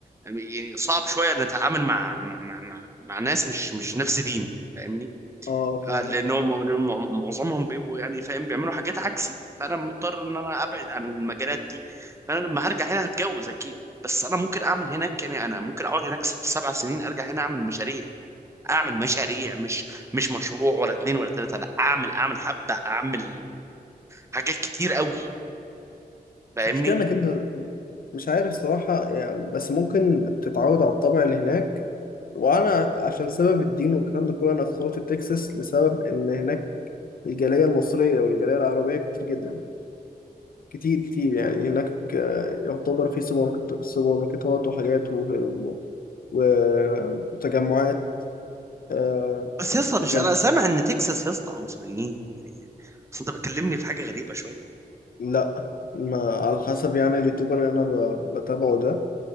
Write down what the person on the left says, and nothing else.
<laughs> اه فاهمك
بس المشكله انك انت مش عارف صراحه يعني بس ممكن تتعود على الطبع اللي هناك وانا عشان سبب الدين والكلام ده كله انا اخترت تكساس لسبب ان هناك الجاليه المصريه والجاليه العربيه كتير جدا كتير كتير يعني هناك آه، يعتبر في سوبر ماركت- سوبر ماركتات وحاجات و- و- وتجمعات آه،
وجل...
لا ما على حسب يعني اليوتيوبر اللي انا ب- بتابعه ده